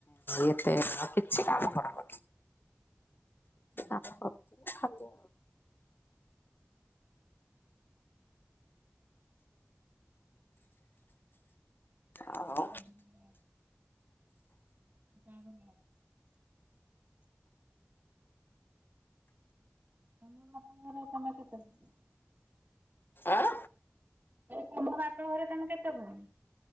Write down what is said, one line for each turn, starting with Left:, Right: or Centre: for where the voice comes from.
Left: ଏତେ ଆଉ କିଛି କାମ କର
Right: ହୁଁ।
Left: କରନ୍ତିନି ଖାଲି ଆଉ।
Right: <unintelligible>
Left: ଆଉ
Right: ମତେ ଆଗ ମ ତମ ବାପା ଙ୍କର ତମେ କେତେ ଭଉଣୀ?
Left: ଆଁ
Right: ଏ ତମ ବାପ ଘରେ ତମେ କେତେ ଭଉଣୀ?